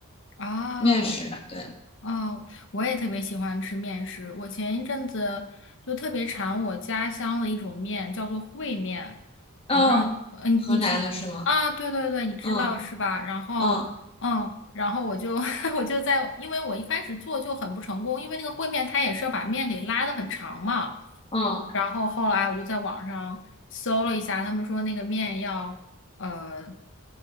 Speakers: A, on the left (about 60°); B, on the left (about 25°).
A: 啊？
B: 面食。对，
A: 哦，我也特别喜欢吃面食。我前一阵子就特别馋我家乡的一种面，叫做烩面。
B: 嗯，
A: 我不知道，嗯，
B: 河南的是吗？
A: 你知啊？对对对，你知道是吧？
B: 嗯
A: 然后，
B: 嗯
A: 嗯，然后我就 <laughs> 我就在，因为我一开始做就很不成功，因为那个烩面它也是要把面给拉的很长嘛。
B: 嗯，
A: 然后后来我就在网上搜了一下，他们说那个面要呃，